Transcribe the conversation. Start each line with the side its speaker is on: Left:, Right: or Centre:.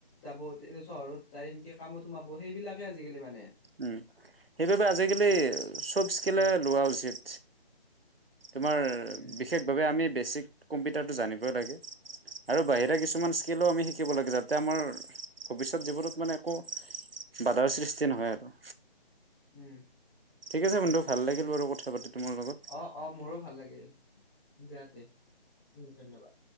Centre: যাব চহৰত যায় এনেকে কামত সোমাব সেইবিলাকে আজিকালি মানে।
Right: উম, সেইবাবে আজিকালি সব স্কিলে লোৱা উচিত। তোমাৰ
Centre: উম
Right: বিশেষভাৱে আমি বেচিক কম্পিউটাৰটো জানিবই লাগে। আৰু বাহিৰা কিছুমান স্কিলো আমি শিকিব লাগে যাতে আমাৰ ভৱিষ্যত জীৱনত মানে একো বাধাৰ সৃষ্টি নহয় আৰু।
Centre: উম।
Right: ঠিক আছে বন্ধু ভাল লাগিল বাৰু কথা পাতি তোমাৰ লগত।
Centre: অ', অ', মোৰো ভাল লাগিল দিয়া তে উম, ধন্যবাদ।